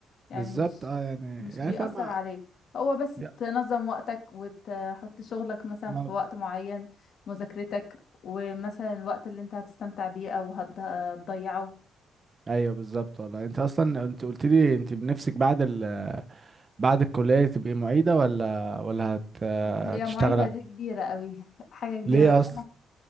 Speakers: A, on the left; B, on the right.
A: يعني
B: بالظبط
A: مش
B: اه يعني
A: مش
B: يعني
A: بيأثر
B: فاهم
A: عليك هو بس
B: يا-
A: تنظم وقتك وتحط شغلك مثلا
B: ما...
A: في وقت معين مذاكرتك ومثلا الوقت اللي انت هتستمتع بيه او هت- هتضيعه
B: ايوه بالظبط والله انت اصلا انت قلت لي انت بنفسك بعد ال... بعد الكليه تبقي معيده ولا ولا هت... هتشتغل
A: هي معيدة دي كبيرة قوي حاجة كبيرة
B: ليه
A: بس
B: اصلا
A: انا